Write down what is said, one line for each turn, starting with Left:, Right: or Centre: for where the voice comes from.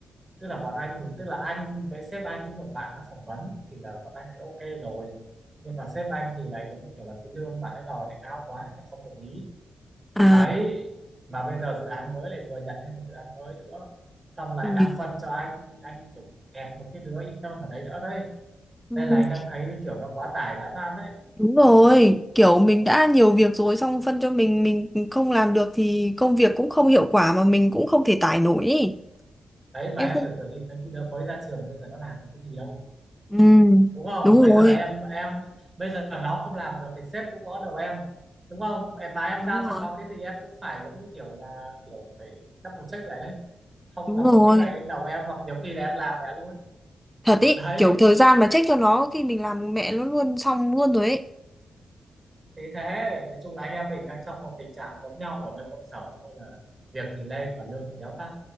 Right: tức là bọn anh thì tức là anh với sếp anh với một bạn nó phỏng vấn thì là bọn anh thấy ok rồi nhưng mà sếp anh thì lại giống như kiểu là cái lương bạn ấy đòi lại cao quá nên là không đồng ý
Centre: à
Right: đấy mà bây giờ dự án mới lại vừa nhận thêm một dự án mới nữa xong lại
Centre: ui.
Right: đang phân cho anh anh phải kẹp một cái đứa intern ở đấy nữa đấy
Centre: Ừ,
Right: nên là anh đang thấy cái kiểu nó quá tải dã man đấy
Centre: Đúng rồi, kiểu mình đã nhiều việc rồi xong phân cho mình mình không làm được thì công việc cũng không hiệu quả mà mình cũng không thể tải nổi ý.
Right: đấy mà
Centre: Em
Right: em
Centre: không
Right: tưởng tượng đi mấy cái đứa mới ra trường bây giờ nó làm được cái gì đâu
Centre: Ừ.
Right: đúng không
Centre: đúng
Right: bây
Centre: rồi
Right: giờ em em bây giờ nó không làm được thì sếp cũng gõ đầu em đúng không em mà em
Centre: đúng
Right: giao
Centre: rồi
Right: cho nó cái gì em cũng phải giống như kiểu là kiểu phải double check lại đấy không
Centre: đúng
Right: là một
Centre: rồi
Right: cái gậy lên đầu em hoặc nhiều khi là em làm mẹ luôn
Centre: thật ý
Right: đấy
Centre: kiểu thời gian mà trách cho nó khi mình làm mẹ nó luôn xong luôn rồi ý
Right: thì thế nói chung là anh em mình đang trong một tình trạng giống nhau ở nơi công sở thôi là việc thì lên mà lương thì đéo tăng